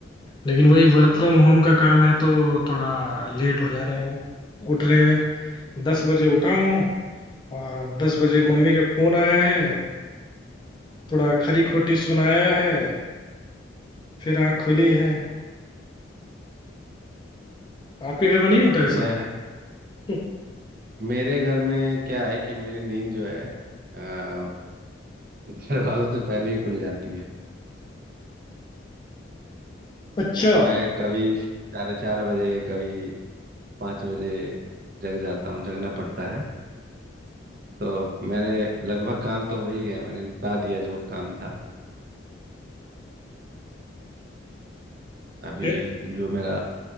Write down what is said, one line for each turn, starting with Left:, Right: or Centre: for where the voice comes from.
Left: लेकिन वही वर्क
Right: हम्म
Left: फ्रॉम होम का काम है तो थोड़ा लेट हो जा रहे हैं उठ रहे हुए दस बजे उठा हूँ और दस बजे
Right: जी
Left: मम्मी का फोन आया है
Right: जी
Left: थोड़ा खरी खोटी सुनाया है फिर आँख खुली है आपके घर में नहीं होता
Right: बढ़िया
Left: ऐसा
Right: है
Left: <laughs>
Right: मेरे घर में क्या है कि मेरी नींद जो है अ, <laughs> घर वालों से पहले ही खुल जाती है
Left: अच्छा
Right: मैं कभी साढ़े चार बजे कभी पाँच बजे जग जाता हूँ जगना पड़ता है तो मैंने लगभग काम तो हो ही गया है, मैंने निपटा दिया जो काम था अभी
Left: फिर
Right: जो मेरा